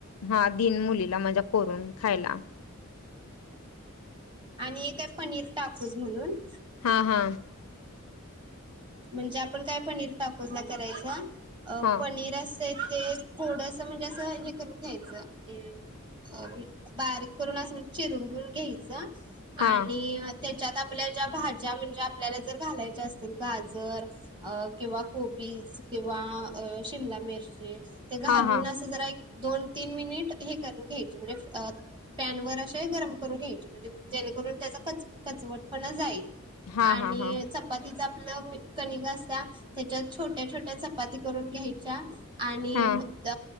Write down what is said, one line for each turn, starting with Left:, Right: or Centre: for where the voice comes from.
Left: हा दिन मुलीला माझा करून खायला.
Right: आणि एक आहे पनीर टाकूज म्हणून.
Left: हा हा.
Right: म्हणजे आपण काय पनीर टाकून नाही करायच. अ
Left: हा
Right: पनीर अस असतय. ते थोडस म्हणजे असं हे करून घ्यायचं. हम. अ बारीक करून अस म्ह चिरून बून घ्यायचं.
Left: हा
Right: आणि त्याच्यात आपल्या ज्या भाज्या म्हणजे आपल्याला जर घालायच्या असतील. गाजर अ किंवा कोबीज किंवा शिमला मिरची ते
Left: हा
Right: घालून
Left: हा
Right: असे जरा एक दोन तीन मिनिट हे करुन घ्यायचे म्हणजे अ पॅन वर अशे गरम करून घ्यायचे म्हणजे जेणेकरून त्याचा कच कचवटपणा जाईल.
Left: हा
Right: आणि
Left: हा हा
Right: चपातीचा प्लम कणिग असत्या त्याच्यात छोट्या-छोट्या चपाती करून घ्यायच्या. आणि
Left: हा
Right: म त